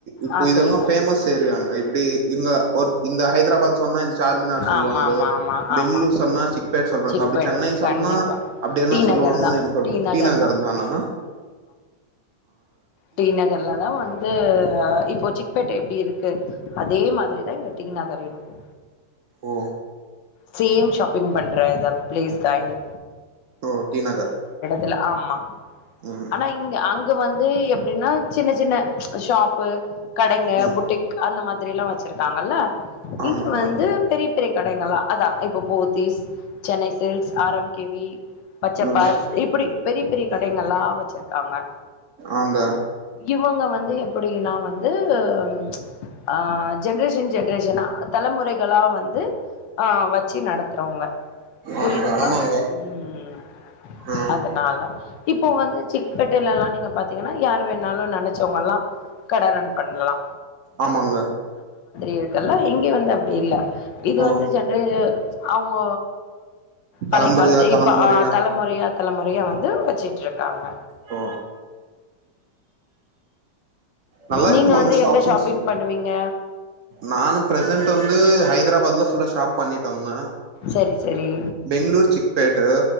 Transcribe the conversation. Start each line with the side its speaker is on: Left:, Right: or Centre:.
Right: இப்போ
Left: ஆ
Right: இதெலா
Left: சொல்லுங்க
Right: ஃபேமஸ் ஏரியாங்க இப்டி இங்க ஒர் இந்த ஹைதராபாத் சொன்னா இந்த சார்மிநாட் சொல்வாங்கோ
Left: ஆமா ஆமா ஆமா
Right: பெங்களூர்
Left: ஆமா
Right: சொன்னா சிக்பெட் சொல்றாங்
Left: சிக்பேட்ட
Right: அப்டி சென்னை சொன்னா
Left: கண்டிப்பா
Right: அப்டி என்ன
Left: டி
Right: சொல்லுவாங்னு
Left: நகர் தா
Right: என சொல்
Left: டி நகர்
Right: டீனா அங்க இருந்தானா
Left: டீ நகர்லதா வந்துஉ இப்போசிக் பெட் எப்டி இருக்கு அதே மாதிரிதா இங்க டீ நகர்ல இருக்கு
Right: ஓ
Left: சேம் ஷாப்பிங் பண்ற இத பிளேஸ்தா இது
Right: ஓ டீ நகர்
Left: தில ஆமா
Right: ம்
Left: ஆனா இங்க அங் வந்து எப்டினா சின்ன சின்ன ச் ஷாப்பு கடைங்க
Right: ம்
Left: புட்டிக் அந்த மாதிரிலா வச்சு இருகாங்கல
Right: ஆமாங்க
Left: இ வந்து பெரி பெரி கடைகளா அதா இப்போ போ திஸ் சென்னை செல்க்ஸ் ஆரம் கேவி பச்சபாஸ்
Right: ம்
Left: இப்டி பெரி பெரி கடைகலா வச்சிருகாங்க
Right: ஆங்க
Left: இவுங்க வந்து எப்டினா வந்து ச் ஆஹ் ஜென்ரேஷன் ஜென்ரேஷனா தலமுறைகளா வந் து ஆஹ் வெச்சு நடத்துறவுங்க புரிதுங்ளா
Right: ஆங்க ஆமாங்க
Left: உம்
Right: ம்
Left: அதனால இப்போ வந்து செக்பட்டிலலா நீங்க பாத்தீங்கனா யார் வேணாலு நினச்சவங்கலா கட ரன் பண்ணலா
Right: ஆமாங்க
Left: இருகல இங்கெ வந் அப்டி இல்ல இது
Right: ஓ
Left: வந்து ஜன்ர இயர் அவுங்க
Right: தலம்புரியா
Left: பழய காலத்து
Right: தலம்புரியா
Left: இப்ப ஆஹ் தலமுறயா தலமுறயா வந்து வெச்ட்ருகாங்க
Right: ஓ நல்லா
Left: நீங்க
Right: இருக்குமாங்க
Left: வந்து
Right: ஷாப்பிங்ஸு
Left: எங்க ஷாப்பிங் பண்ணுவீங்க
Right: நானு பிர்செண்ட் வந்து ஹைதராபாத்ல ஃபுல்லா ஷாப் பண்ணிட்டோம்னா
Left: சரி சரி
Right: பெங்ளூர் சிக்பேட்டு